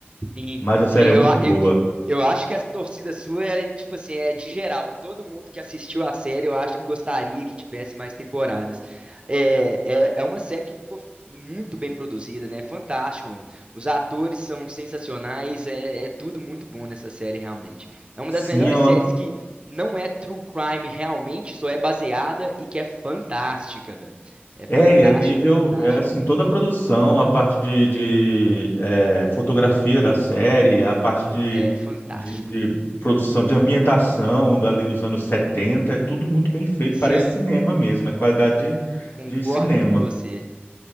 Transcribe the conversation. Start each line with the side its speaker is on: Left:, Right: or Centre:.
Right: Sim,
Left: mas
Right: sim,
Left: a série
Right: eu,
Left: é muito
Right: a-
Left: boa.
Right: eu, eu eu acho que essa torcida sua era, tipo assim, é de geral. Todo mundo que assistiu a série, eu acho que gostaria que tivesse mais temporadas. É, é, é uma série que ficou muito bem produzida, né? É Fantástico, velho. Os atores são sensacionais, é, é tudo muito bom nessa série, realmente. É uma
Left: Sim,
Right: das melhores
Left: é uma,
Right: séries que não é true crime realmente, só é baseada e que é fantástica, velho. É fantástica,
Left: É, e é nível,
Right: fantástica
Left: é assim,
Right: mesmo,
Left: toda a produção,
Right: velho.
Left: a parte de, de, é, fotografia da série, a parte de,
Right: É fantástico.
Left: de, de produção, de ambientação dali dos anos 70 é tudo muito bem feito,
Right: Sim.
Left: parece cinema mesmo, é qualidade de,
Right: Concordo
Left: de cinema.
Right: com você.